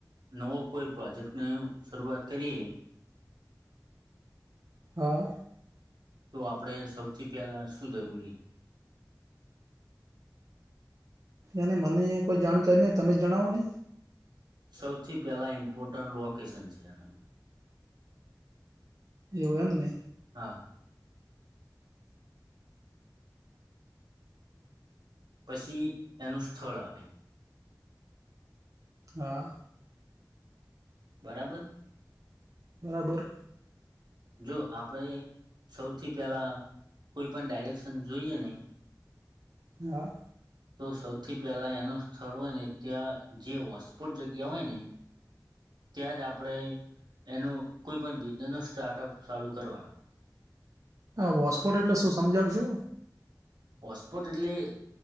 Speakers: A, on the right (about 75°); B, on the right (about 50°).
A: નવો કોઈ પ્રોજેક્ટની શરૂઆત કરીએ
B: હા
A: તો આપણે સૌથી પહેલાં શું જરૂરી
B: અને મને કોઈ જાણકારી નહીં તમે જણાવો ને
A: સૌથી પહેલાં ઈમ્પોર્ટન્ટ લોકેશન છે એનું
B: એવું એમ ને
A: હા પછી એનું સ્થળ આવે
B: હા
A: બરાબર
B: બરાબર
A: જો આપણે સૌથી પહેલાં કોઈ પણ ડાયરેક્શન જોઈએ ને
B: હા
A: તો સૌથી પહેલા એનું સ્થળ હોય ને ત્યાં જે વસપોટ જગ્યા હોય ને ત્યાંજ આપણે એનું કોઈપણ બિઝનેસનો સ્ટાર્ટઅપ ચાલુ કરવાનો
B: હા વોસ્પોટ એટલે શું સમજાવશો
A: ઓસ્પટ એટલે